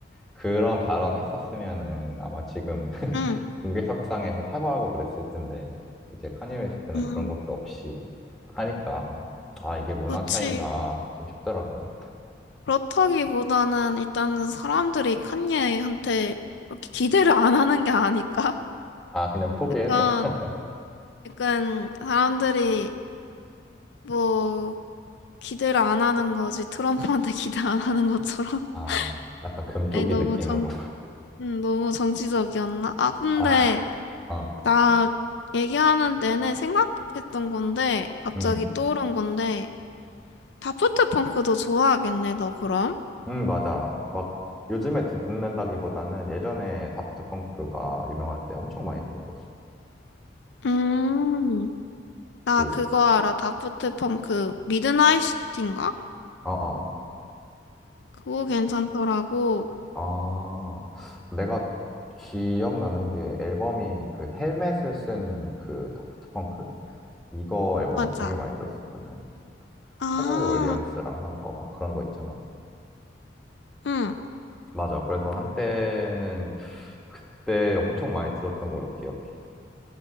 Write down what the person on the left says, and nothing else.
응.
음,
그치.
그렇다기보다는 일단은 사람들이 칸예한테 그렇게 기대를 안 하는 게 아닐까?
약간,
약간 사람들이 뭐, 기대를 안 하는 거지. 트럼프한테 <laughs> 기대 안 하는 것처럼.
<laughs>
에이, 너무
정, 음, 너무 정치적이었나? 아, 근데
나 얘기하는 내내 생각했던 건데, 갑자기
떠오른 건데, 다프트 펑크도 좋아하겠네, 너 그럼?
음, 나
그거 알아. 다프트 펑크 미드나잇 시티인가?
그거 괜찮더라고.
맞아.
아,
응.